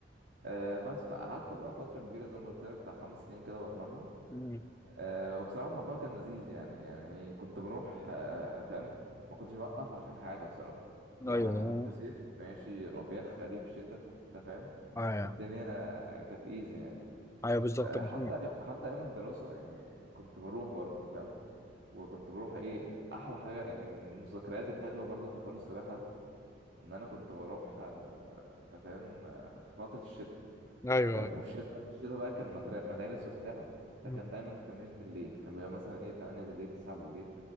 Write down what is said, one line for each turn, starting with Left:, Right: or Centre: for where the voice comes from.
Right: آه بس فقعدت بقى فترة كبيرة زي ما قلت لك بتاع خمس سنين كده بتمرن
Left: مم.
Right: آه وبصراحة الموضوع كان لذيذ يعني يعني كنت بروح آه فاهم ما كنتش بوقف عشان حاجة بصراحة يعني
Left: ايوه
Right: كنت صيف ماشي ربيع خريف شتاء انت فاهم
Left: ايوه
Right: الدنيا كانت ايزي يعني
Left: ايوه بالظبط
Right: آه حتى
Left: مم.
Right: حتى ايام الدراسة يعني كنت بروح برضه فاهم وكنت بروح ايه احلى حاجه يعني من الذكريات الحلوه برضه في حوار السباحه ان انا كنت بروح آه، انت فاهم آه، في فترة الشتاء
Left: ايوه
Right: فاهم
Left: أيوة.
Right: والشتاء الشتاء بقى كان مدر- مدارس وبتاع فكان
Left: مم.
Right: دايما التمرين بالليل كان بيبقى مثلا ايه 8 بالليل 9 بالليل